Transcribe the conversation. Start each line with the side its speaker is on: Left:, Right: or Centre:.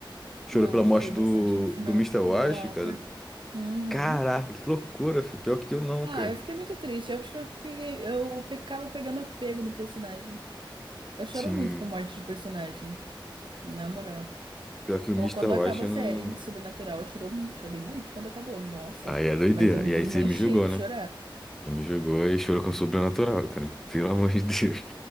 Centre: Chorou
Right: Não,
Centre: pela
Right: eu
Centre: morte
Right: chorei
Centre: do,
Right: bastante no final
Centre: do Mister Wash,
Right: do Alter.
Centre: cara.
Right: Uhum.
Centre: Caraca, que loucura, filho. Pior que eu não,
Right: Ah,
Centre: cara.
Right: eu fiquei muito triste. Eu acho que eu peguei, eu pe- acabo pegando apego no personagem. Eu choro
Centre: Sim,
Right: muito com morte de personagem, na moral.
Centre: pior que o Mister
Right: Ou quando
Centre: Wash
Right: acaba
Centre: eu
Right: a série
Centre: não.
Right: Sobrenatural, eu chorou, chorei muito quando acabou. Nossa,
Centre: Aí é doideira.
Right: mas eu me
Centre: E
Right: desmanchei
Centre: aí você me julgou,
Right: de
Centre: né?
Right: chorar.
Centre: Você me julgou e chorou com o sobrenatural, cara. Pelo <laughs> amor de Deus.